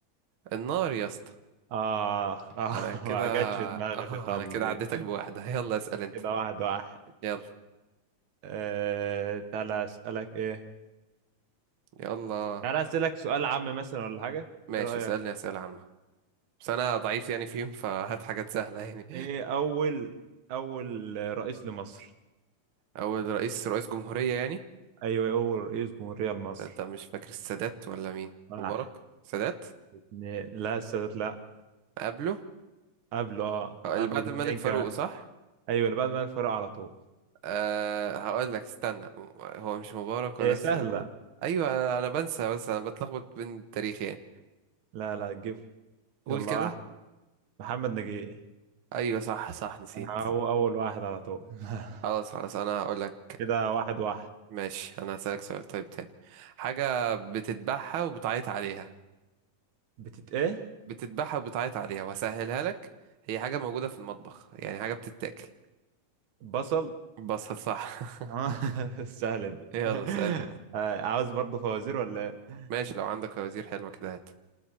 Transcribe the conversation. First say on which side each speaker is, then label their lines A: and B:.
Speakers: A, on the right (about 55°); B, on the right (about 75°).
A: النار يا اسطى
B: اه اه
A: انا
B: <laughs>
A: كده
B: ما جاتش
A: <laughs>
B: في دماغي
A: اه
B: دي خالص
A: انا كده
B: دي
A: عديتك بواحدة <laughs> يلا اسأل انت
B: كده واحد واحد
A: يلا
B: آه تعالى اسألك ايه
A: يلا
B: تعالى اسألك سؤال عام مثلا ولا حاجة
A: ماشي
B: ايه رأيك
A: اسألني أسئلة عامة بس انا ضعيف يعني فيهم فهات حاجات سهله يعني
B: ايه اول اول رئيس لمصر
A: اول رئيس رئيس جمهوريه يعني
B: ايوه اول رئيس جمهورية لمصر
A: ده مش فاكر السادات ولا مين
B: واحد
A: مبارك سادات
B: اتنين لا السادات لا
A: قبله
B: قبله اه
A: أه، اللي
B: قبله
A: بعد
B: باتنين
A: الملك فاروق
B: كمان
A: صح
B: ايوه اللي بعد ما الفرق على طول
A: أه هقول لك استنى هو مش مبارك ولا
B: هي
A: السادات
B: سهلة
A: ايوه انا أنا بنسى بس انا بتلخبط بين التاريخ يعني
B: لا لا تجيب
A: قول
B: يلا
A: كده
B: واحد محمد نجيب
A: ايوه صح صح نسيت
B: هو اول واحد على طول <laughs>
A: خلاص خلاص انا هقول لك
B: كده واحد واحد
A: ماشي انا هسألك سؤال طيب تاني حاجه بتتبعها وبتعيط عليها
B: بتت ايه
A: بتذبحها وبتعيط عليها وهسهلها لك هي حاجة موجودة في المطبخ يعني حاجة بتتاكل
B: بصل
A: بصل صح <laughs>
B: آه، <laughs> سهلة دي
A: يلا
B: <laughs>
A: اسأل
B: آه، عاوز برضه فوازير ولا إيه؟
A: ماشي لو عندك فوازير حلوة كده هات